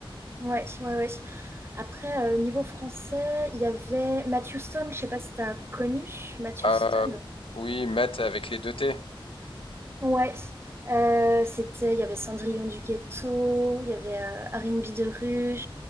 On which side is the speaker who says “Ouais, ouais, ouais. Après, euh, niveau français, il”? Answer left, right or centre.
Right